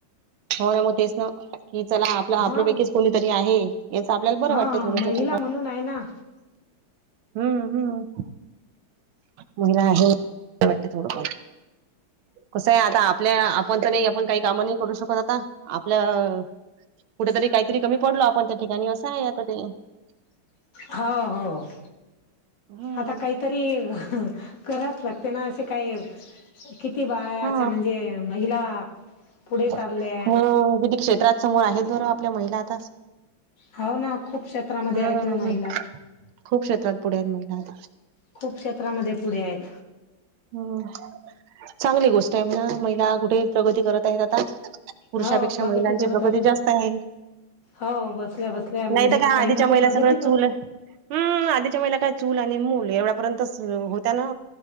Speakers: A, on the right; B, on the left.
A: हो ना मग तेच ना की चला आपला
B: हा
A: आपल्यापैकीच कोणीतरी आहे याचं आपल्याला बरं
B: हा
A: वाटतं थोडं
B: महिला
A: पण
B: म्हणून आहे ना
A: हम्म हम्म महिला आहे बरं वाटते थोडंफार कसं आहे आता आपल्या आपण तर नाही आपण काही काम नाही करू शकत आता. आपलं कुठेतरी काहीतरी कमी पडलो आपण त्या ठिकाणी असं आहे आता ते
B: हो हो
A: हम्म
B: आता काही तरी कराच लागते ना असे काय? किती बाया
A: हा
B: असं म्हणजे महिला पुढे
A: मग
B: चालल्या
A: विविध क्षेत्रात समोर आहेत बरं आपल्या महिला आता.
B: हाव ना खूप क्षेत्रामध्ये
A: हम्म
B: आहेत ना महिला.
A: खूप क्षेत्रात पुढे आहेत महिला आता.
B: खूप क्षेत्रामध्ये पुढे आहेत.
A: हम् चांगली गोष्ट आहे म्हणा महिला कुठे प्रगती करत आहेत. आता पुरुषापेक्षा
B: हो प्रगती
A: महिलांची
B: करत
A: प्रगती
B: आहेत ना
A: जास्त आहे.
B: हो बसल्या बसल्या म्हणजे
A: नाहीत काय
B: काही
A: आधीच्या
B: ना
A: महिला
B: काही प्रगती
A: सगळं
B: कर
A: चूल हम्म आधीच्या महिला काय चूल आणि मूल एवढ्यापर्यंतच होत्या ना.